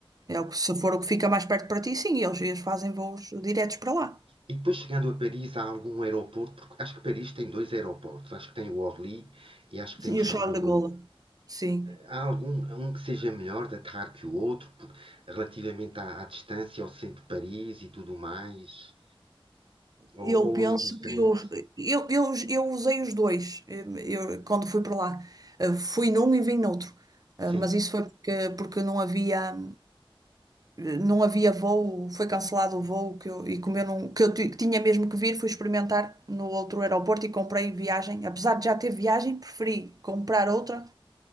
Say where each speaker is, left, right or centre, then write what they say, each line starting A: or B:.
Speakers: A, on the right; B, on the right.
A: É o que, se for o que fica mais perto para ti, sim, eles, eles fazem voos diretos para lá.
B: E depois chegando a Paris, há algum aeroporto, porque acho que Paris tem dois aeroportos, acho que tem o Orly e acho que tem o
A: E
B: Charles
A: o Charles
B: de
A: de
B: Gaulle.
A: Gaulle. Sim.
B: Há algum um que seja melhor de aterrar que o outro, por- relativamente à, à distância ao centro de Paris e tudo mais?
A: Eu
B: Ou, ou
A: penso
B: é indiferente.
A: que eu, eu, eu, eu usei os dois eu, eu- quando fui para lá. Eh, Fui num e vim noutro. Eh,
B: Sim,
A: Mas isso foi porque, porque não havia. eh, não havia voo, foi cancelado o voo que eu, e como eu não, que eu ti- que tinha mesmo que vir, fui experimentar no outro aeroporto e comprei viagem. Apesar de já ter viagem, preferi comprar outra